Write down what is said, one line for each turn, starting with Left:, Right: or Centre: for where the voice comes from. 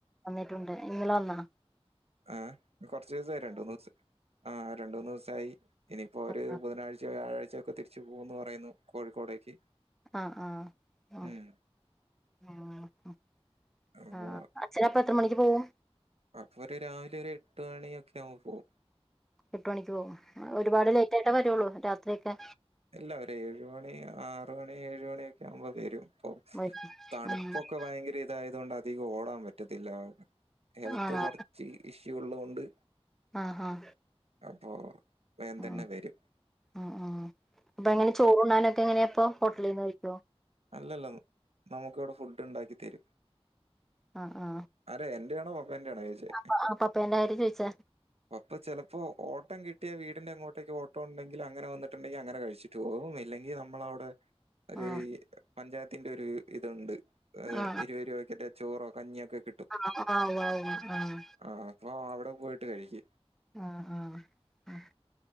Centre: വന്നിട്ടുണ്ട് ഇന്നല വന്ന
Right: ആഹ് കൊറച്ചിസായി രണ്ടു മൂന്നസാ ആ രണ്ടു മൂന്ന് ദിവസായി ഇനിയിപ്പോ
Centre: ആഹ്
Right: ഒരു ബുധനാഴ്ച വ്യാഴാഴച ക്കെതിരിച്ചു പോകൂന്ന് പറയുന്നു കോഴിക്കോടേക്ക്
Centre: ആഹ് ആഹ് ആ
Right: ഉം
Centre: ആ ആ
Right: അപ്പൊ
Centre: ആഹ് അച്ഛൻ അപ്പ എത്ര മണിക്ക് പോകും
Right: അപ്പൊ ഒര് രാവിലെ ഒരു എട്ട് മണിയൊക്കാവുമ്പൊ പോവും
Centre: എട്ട് മണിക്ക് പോകും ഒരുപാട് ലേറ്റ് ആയിട്ടേ വരുള്ളൂ രാത്രിയൊക്കെ.
Right: ഇല്ല ഒരേഴ് മണി ആറ് മണി ഏഴ് മണിയൊക്കെ ആവുമ്പോ വരും അപ്പൊ
Centre: വരും
Right: തണുപ്പൊക്കെ
Centre: ഉം
Right: ഭയങ്കര ഇതായത് കൊണ്ട് അധികം ഓടാൻ പറ്റത്തില്ല ഹെൽത്ത്
Centre: ആണോ
Right: കുറച്ച് ഇഷ്യൂ ഉള്ളോണ്ട്
Centre: ആഹ് ആഹ്
Right: അപ്പോ വേകം തന്നെ
Centre: ആഹ്
Right: വരും
Centre: ആ ആ അപ്പൊ
Right: ഉം
Centre: എങ്ങനെ ചോറ് ഉണ്ണാനൊക്കെ എങ്ങനെയാ അപ്പൊ ഹോട്ടലിൽ നിന്ന് കഴിക്കെ
Right: അല്ലല്ല നമുക്കിവടെ ഫുഡ്ഡാണ്ടാക്കി തരും
Centre: ആ ആ
Right: അരേ എന്റെയാണൊ പപ്പന്റെയാണൊ ചൊയ്ചെ
Centre: അപ്പൊ ആ പപ്പേന്റെ കാര്യം ചോദിച്ചാ
Right: അപ്പൊ ചിലപ്പൊ ഓട്ടം കിട്ട ട്ടിയ വീടിന്റെ അങ്ങോട്ടേക്ക് ഓട്ടോ ഉണ്ടെങ്കില് അങ്ങനെ വന്നിട്ട്ണ്ടെങ്കി അങ്ങനെ കഴ്ച്ച്ട്ട് പോവും ഇല്ലെങ്കി നമ്മളവടെ ഒരു
Centre: ആ
Right: ഈ പഞ്ചായത്തിന്റെ ഒരു ഇതുണ്ട് എ്
Centre: ആ
Right: ഇരുപതു രൂപക്കൊറ്റെ ചോറോ കഞ്ഞിയൊക്കെ കിട്ടും
Centre: ആ ആഓആഹ് ആഹ്
Right: ആ അപ്പൊ അവിടെ പോയിട്ട് കഴിക്ക്
Centre: ആഹ ആഹ